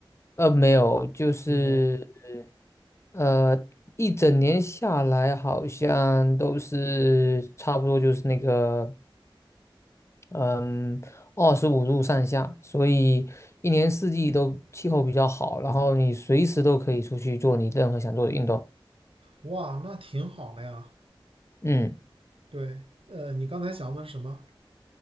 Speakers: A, on the left; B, on the right.
A: 呃，没有，就是
B: 没有，
A: 呃，一整年下来好像都是差不多就是那个嗯二十五度上下，所以一年四季都气候比较好，然后你随时都可以出去做你任何想做的运动。
B: 哇，那挺好的呀。
A: 嗯。
B: 对，呃，你刚才想问什么？